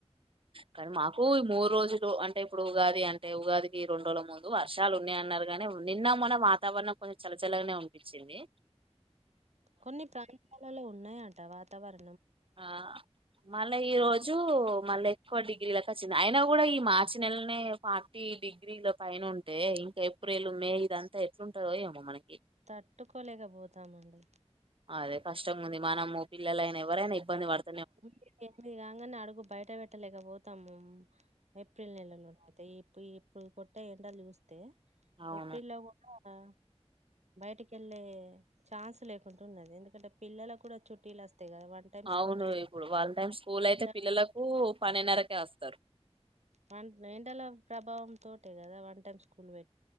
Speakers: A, on the right (about 55°); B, on the right (about 90°).
A: కానీ మాకు మూ రోజులు అం టే ఇప్పుడు ఉగాది అంటే ఉగాదికి రెండు రోళ్ ముందు వర్షాలు ఉన్నయ్ అన్నరు గానీ నిన్న మొన్న వాతావరణం కొంచెం చల్లచల్లగానే ఉనిపిచింది.
B: కొన్ని ప్రాంతాలలో ఉన్నాయ ట వాతవర
A: ఆ మళ్ళా ఈ రోజు మళ్ళీ ఎక్కువ డిగ్రీలకు వచ్చింది, అయినా కూడా ఈ మార్చి నెలనే ఫార్టీ డిగ్రీల పైన ఉంటే ఇంకా ఏప్రిల్ మే ఇదంతా ఎట్లుంటందో ఏమో మనకి
B: తట్టుకోలేకపోతామండి
A: అదే కష్టంగుంది మనము పిల్లలైనా ఎవ్వరైనా ఇబ్బంది పడు
B: మళ్లీ ఎనిమిది కాంగానే అడుగు బయట పెట్టలేక పోతాంము ఏఫ్రిల్ నెల్లలోన ఐతే ఇప్ ఇప్పుడు కొట్టే ఏండల్ జూస్ తే
A: అవును
B: ఏప్రిల్లో గూడా ఆ బయటికి వెళ్ళే ఛాన్స్ లేకుంటూ ఉన్నది ఎందుకంటే పిల్లలకు కూడా చుట్టీలస్ తేగా వన్ టైమ్ స్కూల్
A: అవును ఇప్పుడు వాళ్ టైం స్కూల్ అయితే
B: ఎండల
A: పిల్లలకు పనిన్నరకె ఎస్తరు
B: వన్ ఎంటలో ప్రభావం తోటే కదా వన్ టైమ్ స్కూల్ వె